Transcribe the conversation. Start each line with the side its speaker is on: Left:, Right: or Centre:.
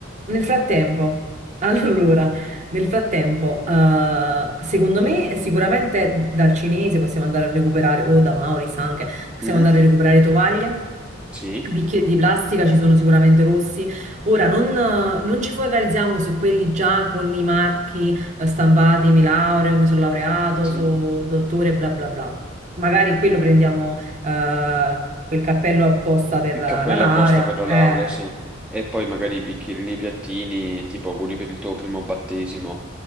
Right: Nel frattempo, <laughs> allora, nel frattempo, eh, secondo me sicuramente dal cinese possiamo andare a recuperare, o da Maurice anche, possiamo
Centre: Mm?
Right: andare a recuperare tovaglie,
Centre: Sì?
Right: bicchieri di plastica, ci sono sicuramente rossi. Ora, non, eh, non ci focalizziamo su quelli già con i marchi eh, stampati, mi laureo, mi sono laureato,
Centre: Sì.
Right: sono dottore, bla bla bla. Magari quello prendiamo, eh, quel cappello apposta per
Centre: Il
Right: la
Centre: cappello
Right: laurea.
Centre: apposta per la
Right: eh.
Centre: laurea, sì. E poi magari i bicchierini, i piattini, tipo auguri per il tuo primo battesimo.